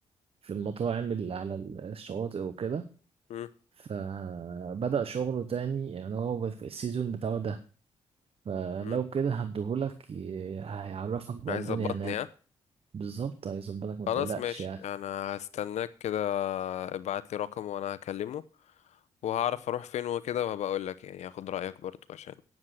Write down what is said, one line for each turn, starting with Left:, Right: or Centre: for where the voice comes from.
Right: في المطاعم اللي على الشواطئ وكده
Left: امم
Right: فبدأ شغله تاني يعني هو في السيزون بتاعه ده فلو
Left: امم
Right: كده هديهولك ي- هيعرفك بقى
Left: عايز
Right: الدنيا
Left: ظبطني
Right: هناك
Left: ها
Right: بالظبط هيظبطك ما
Left: خلاص
Right: تقلقش
Left: ماشي
Right: يعني
Left: انا هستناك كده ابعت لي رقم وانا هكلمه وهعرف اروح فين وكده وهبقى اقول لك يعني هاخد رايك برضو عشان